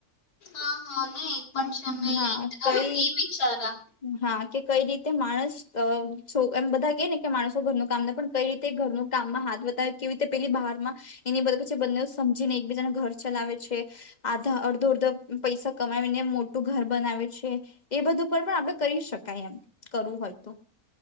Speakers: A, on the left; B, on the left.
A: હા હા નઈ એ પણ છે મે
B: હા
A: ઈ
B: કઈ
A: એ વિચારા
B: હા કે કઈ રીતે માણસ અ છો એમ બધા કે ને કે માણસો ઘરનું કામ ન પણ કઈ રીતે ઘરનું કામમાં હાથ બતાવે કેવી રીતે પેલી બહારમા એની <unintelligible> પછી બંને સમજીને એકબીજા ઘર ચલાવે છે આધા અડધો અડધો પૈસા કમાવીને મો મોટુ ઘર બનાવે છે એ બધું પર પણ આપણે કરી શકાય એમ કરવું હોય તો